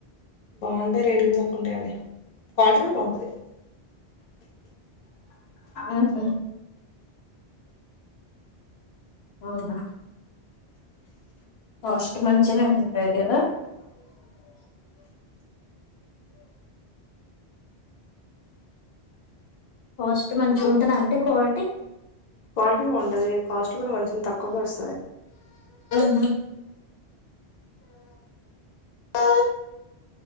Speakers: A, on the left (about 45°); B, on the left (about 70°).
A: బాగుంటాయి రేటు కూడా తక్కువంటాయండి క్వాలిటీ కూడా బాగుంటది
B: ఊహు అవునా కాస్ట్ మంచిగనే వుంట్జ్ కాస్ట్ మంచిగా ఉంటుంద అంటడి క్వాలిటీ
A: క్వాలిటీ బానే ఉంటది కాస్ట్ కూడా మంచి తక్కువగా వస్తుంది
B: నా ఆ